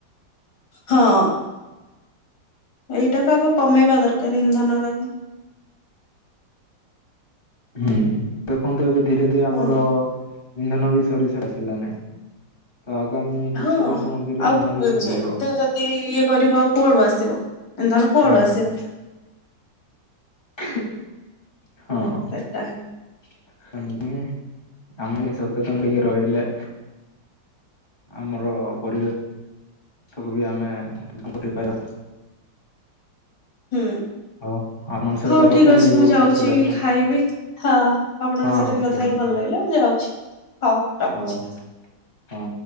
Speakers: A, on the left (about 75°); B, on the left (about 30°).
A: ହଁ। ଏଇଟାକୁ ଆଗେ କମେଇବା ଦରକାରେ ଇନ୍ଧନ ର ଆକୁ
B: ହୁଁ ଦେଖନ୍ତୁ ଏବେ ଧୀରେ ଧୀରେ
A: ହୁଁ
B: ଆମର ଇନ୍ଧନ ବି ସରି ସରି ଆସିଲାଣି। ତ ଆଗାମୀ
A: ହଁ।
B: କିଛି ବର୍ଷ ମଧ୍ୟରେ
A: ଆଉ
B: ଇନ୍ଧନ ବି ସରିଯିବ।
A: ଯେତେ ଯଦି ଇଏ କରିବ ଆଉ କୁଆଡୁ ଆସିବ ଇନ୍ଧନ କୁଆଡୁ
B: ହୁଁ
A: ଆସିବ।
B: ହଁ।
A: ସେଟା ହିଁ
B: <unintelligible> ଆମେ ସଚେତନ ଟିକେ ରହିଲେ ଆମର ପରିବେଶକୁ ବି ଆମେ ଫେରିପାଇବା।
A: ହୁଁ
B: ହଉ ଆପଣଙ୍କ ସହିତ
A: ହଉ
B: କଥା
A: ଠିକ ଅଛି
B: ହେଇକି ବହୁତ
A: ମୁଁ ଯାଉଛି
B: ଖୁସି ଲାଗିଲା
A: ଖାଇବି। ହଁ ଆପଣଙ୍କ
B: ହଁ
A: ସହିତ
B: ହଁ
A: ବି କଥା
B: ଠିକ
A: ହେଇକି
B: ଅଛି
A: ଭଲ ଲାଗିଲା ମୁଁ ଯାଉଛି ହଉ ରଖୁଛି।
B: ହଉ ହଁ।